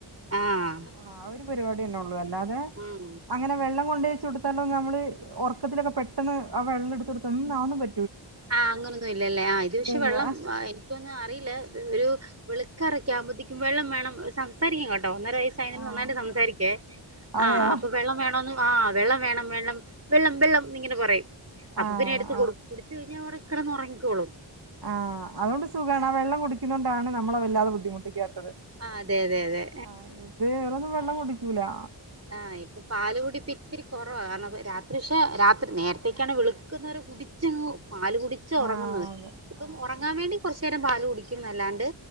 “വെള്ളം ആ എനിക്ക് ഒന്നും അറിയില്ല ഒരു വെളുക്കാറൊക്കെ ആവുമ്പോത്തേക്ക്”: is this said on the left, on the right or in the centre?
Right